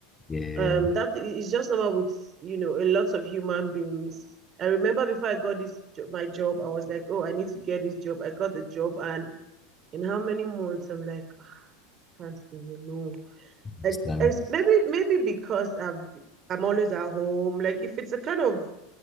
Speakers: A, on the left; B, on the right.
A: Yeah.
B: um that is just normal with you know a lot of human beings i remember before i got this job, my job i was like oh i need to get this job i got the job and in how many months i'm like "Ah, can't stay you know like
A: this time.
B: maybe maybe because i've i'm always at home like if it's a kind of